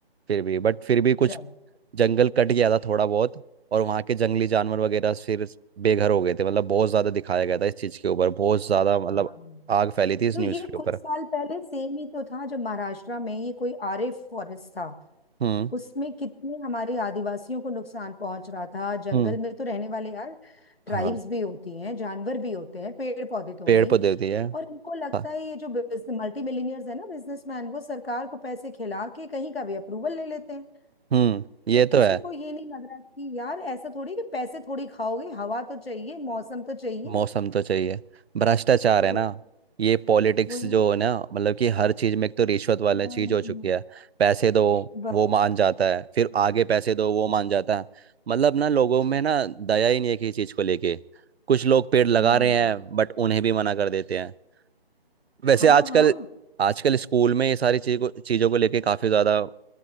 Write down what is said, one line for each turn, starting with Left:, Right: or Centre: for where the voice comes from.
Right: फिर भी बट फिर भी कुछ
Left: चलो
Right: जंगल कट गया था थोड़ा बहुत और वहाँ के जंगली जानवर वगैरह फिर बेघर हो गए थे मतलब बहुत ज़्यादा दिखाया गया था इस चीज़ के ऊपर बहुत ज़्यादा मतलब
Left: हाँ
Right: आग फैली थी इस
Left: तो
Right: न्यूज़
Left: ये
Right: के
Left: कुछ
Right: ऊपर
Left: साल पहले सेम ही तो था जब महाराष्ट्र में ये कोई आरे फॉरेस्ट था
Right: हम्म
Left: उसमें कितने हमारे आदिवासियों को नुकसान पहुंच रहा था जंगल
Right: हम्म
Left: में तो रहने वाले यार ट्राइब्स
Right: हाँ
Left: भी होती हैं जानवर भी होते हैं पेड़ पौधे तो
Right: पेड़
Left: हैं ही
Right: पौधे दिए
Left: और इनको
Right: हाँ
Left: लगता है ये जो मल्टी मिलीनियर्स है ना बिजनेसमैन वो सरकार को पैसे खिला के कहीं का भी अप्रूवल ले लेते हैं
Right: हम्म ये
Left: और
Right: तो
Left: किसी
Right: है
Left: को ये नहीं लग रहा कि यार ऐसा थोड़ी कि पैसे थोड़ी खाओगे हवा तो चाहिए मौसम तो चाहिए
Right: मौसम तो चाहिए भ्रष्टाचार
Left: वही
Right: है ना
Left: तो-
Right: ये पॉलिटिक्स
Left: वही
Right: जो
Left: तो।
Right: है ना मतलब कि हर चीज में एक तो रिश्वत वाली
Left: हाँ,
Right: चीज हो चुकी है पैसे दो
Left: बस
Right: वो मान जाता है फिर
Left: हाँ।
Right: आगे पैसे दो वो मान जाता है मतलब ना लोगों में ना दया ही नहीं है किसी चीज को लेके कुछ लोग पेड़ लगा
Left: नहीं
Right: रहे हैं बट उन्हें भी मना कर देते हैं वैसे
Left: हाँ
Right: आजकल
Left: हाँ
Right: आजकल स्कूल में ये सारी चीज को चीजों को लेके काफी ज्यादा